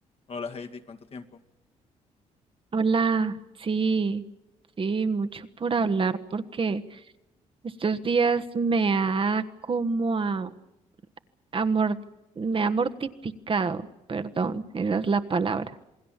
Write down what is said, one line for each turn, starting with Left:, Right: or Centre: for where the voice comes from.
Left: Hola Heidi, ¿cuánto tiempo?
Right: Hola, sí, sí, mucho por hablar porque estos días me ha como a, a mor- me ha mortificado, perdón, esa es la palabra.